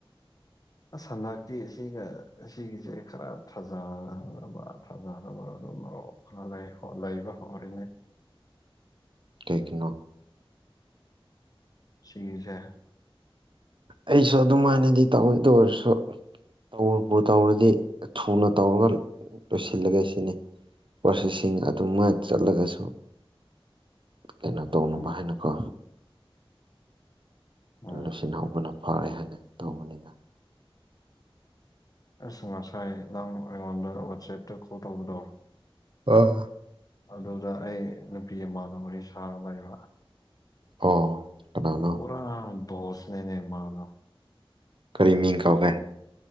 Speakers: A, on the left (about 40°); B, on the right (about 60°).
A: ꯑꯁ ꯍꯟꯗꯛꯇꯤ ꯁꯤꯒ ꯁꯤꯒꯤꯖꯦ ꯈꯔ ꯊꯥꯖꯅꯕ ꯊꯥꯖꯅꯕ ꯑꯗꯨꯝ ꯑꯣ ꯈꯔ ꯂꯩꯈꯣ ꯂꯩꯕ ꯍꯧꯔꯦꯅꯦ
B: ꯀꯩꯒꯤꯅꯣ
A: ꯁꯤꯒꯤꯖꯦ
B: ꯑꯩꯁꯨ ꯑꯗꯨꯃꯥꯏꯅꯗꯤ ꯇꯧꯋꯤ ꯑꯗꯨ ꯑꯣꯏꯔꯁꯨ ꯇꯧꯕꯨ ꯇꯧꯔꯗꯤ ꯊꯨꯅ ꯇꯧꯔꯒ ꯂꯣꯏꯁꯤꯜꯂꯒꯦ ꯁꯤꯅꯤ ꯄ꯭ꯔꯣꯁꯦꯁꯤꯡ ꯑꯗꯨꯃꯥꯏ ꯆꯠꯂꯒꯁꯨ ꯀꯩꯅꯣ ꯇꯧꯅꯕ
A: ꯎꯝ
B: ꯍꯥꯏꯅꯀꯣ
A: ꯎꯝ
B: ꯂꯣꯏꯁꯤꯟꯍꯧꯕꯅ ꯐꯔꯦ ꯍꯥꯏꯅ ꯇꯧꯕꯅꯤꯗ
A: ꯑꯁ ꯉꯁꯥꯏ ꯅꯪ ꯑꯩꯉꯣꯟꯗ ꯋꯥꯆꯦꯞꯇ ꯀꯣꯜ ꯇꯧꯕꯗꯣ
B: ꯑꯥ
A: ꯑꯗꯨꯗ ꯑꯩ ꯅꯨꯄꯤ ꯑꯃꯒ ꯋꯥꯔꯤ ꯁꯥꯔ ꯂꯩꯕ
B: ꯑꯣ ꯀꯅꯥꯅꯣ
A: ꯄꯨꯔꯥ ꯕꯣꯁꯅꯤꯅꯦ ꯃꯥꯗꯣ
B: ꯀꯔꯤ ꯃꯤꯡ ꯀꯧꯒꯦ